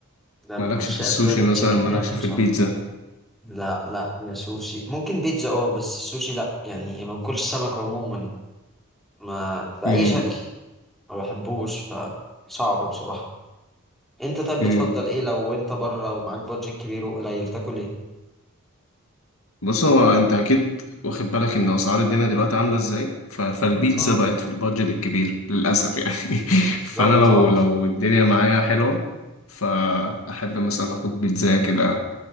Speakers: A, in the centre; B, on the left.
A: ده
B: مالكش
A: من عشاق
B: في السوشي
A: فرايد
B: مثلا
A: تشيكن
B: مالكش
A: يعني بصراحة
B: في البيتزا
A: لا لا لا سوشي ممكن بيتزا اه بس سوشي لا يعني ما باكلش سمك عموما ما بأي
B: مم.
A: شكل ما بحبوش فصعب بصراحة انت طيب
B: مم.
A: بتفضل ايه لو انت بره ومعاك بادجت كبير وقليل تاكل ايه
B: بص هو انت اكيد واخد بالك ان اسعار الدنيا دلوقتي عامله ازاي ف... فالبيتزا
A: اه
B: بقت في البادجت الكبير للاسف يعني <laughs>
A: بالظبط
B: فانا لو
A: اه
B: لو الدنيا معايا حلوه فاحب مثلا اخد بيتزا كده